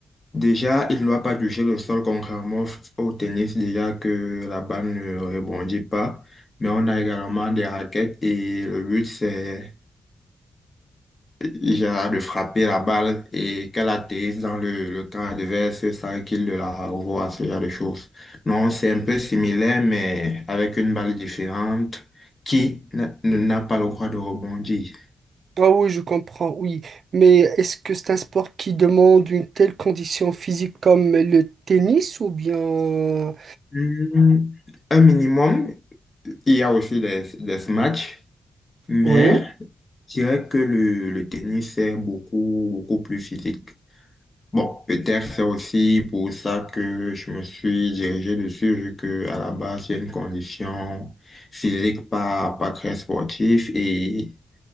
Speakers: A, on the left; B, on the right.
A: déjà, il ne doit pas toucher le sol, contrairement au tennis, déjà que la balle ne rebondit pas. Mais on a également des raquettes et le but, c'est Gérard de frapper la balle et qu'elle atterrisse dans le, le camp adverse, c'est ça qu'il de la revoit, ce genre de choses. Non, c'est un peu similaire, mais avec une balle différente qui n'a ne- n'a pas le droit de rebondir.
B: Ah oui, je comprends, oui. Mais est-ce que c'est un sport qui demande une telle condition physique comme le tennis ou bien...
A: Hmm, Un minimum, il y a aussi des, des smash, mais
B: Oui.
A: je dirais que le, le tennis est beaucoup, beaucoup plus physique. Bon, peut-être c'est aussi pour ça que je me suis dirigé dessus, vu que à la base, j'ai une condition physique pas, pas très sportive et